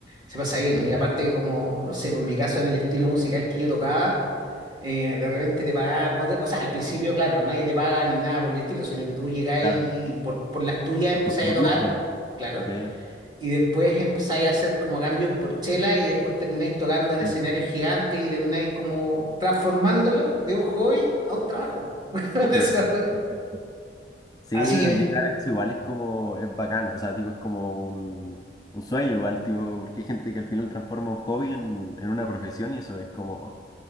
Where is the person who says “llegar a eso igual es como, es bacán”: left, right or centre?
Left